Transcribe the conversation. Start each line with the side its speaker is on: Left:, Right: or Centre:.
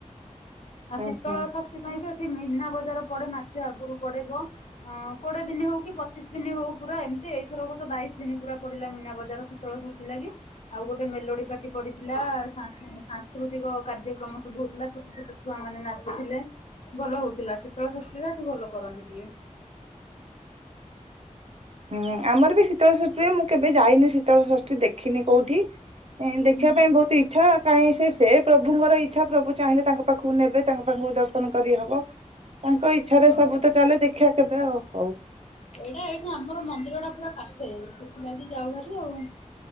Left: ଆଉ
Right: ହୁଁ
Left: ଶୀତଳ
Right: ହୁଁ
Left: ଷଷ୍ଠୀ ପାଇଁ ବି ଏଠି ମିନା ବଜାର ପଡେ ମାସେ ଆଗରୁ ପଡେଇବ। ହଁ କୋଡିଏ ଦିନ ହଉ କି ପଚିଶ ଦିନି ହଉ ପୁରା ଏମିତି ଏଇଥରକ ତ ବାଇଶ ଦିନ ପୁରା ପଡିଲା ମୀନା ବଜାର। ଶୀତଳ ଷଷ୍ଠି ଲାଗି! ଆଉ ଗୋଟେ ମେଲୋଡି ପାର୍ଟି ପଡିଥିଲା ସାସଂ ସାଂସ୍କୃତିକ କାର୍ଯ୍ୟକ୍ରମ ସବୁ ହଉଥିଲା ଛୋଟ ଛୋଟ ଛୁଆ ମାନେ ନାଚୁଥିଲେ ଭଲ ହଉଥିଲା ଶୀତଳ ସଷ୍ଠି ଟା ଏଠି ଭଲ କରନ୍ତି ଟିକେ।
Right: ହୁଁ ଆମର ବି ଶୀତଳ ଷଷ୍ଠୀ ହୁଏ ମୁଁ କେବେ ଯାଇନି ଶୀତଳ ଷଷ୍ଠୀ ଦେଖିନି କୋଉଠି ଇଁ
Left: ହୁଁ
Right: ଦେଖିବା ପାଇଁ
Left: ହୁଁ।
Right: ବହୁତ ଇ ଛା କାଇଁ ସେ ପ୍ରଭୁଙ୍କର ଇଚ୍ଛା ପ୍ରଭୁ ଚାହିଁଲେ ତାଙ୍କ ପାଖକୁ ନେବେ ତାଙ୍କ ପାଖକୁ ଦର୍ଶନ କରିହବ। ତାଙ୍କ ଇଚ୍ଛାରେ
Left: ହଉ
Right: ସବୁ ତ ଚାଲେ ଦେଖିବା କେବେ ହଉ।
Left: ଏଇଟା ଏଇଠି ଆମର ମନ୍ଦିର ଟା ପୁରା ପାଖରେ ସେଥିଲାଗି ଯାଉ ଭାରି ଆଉ।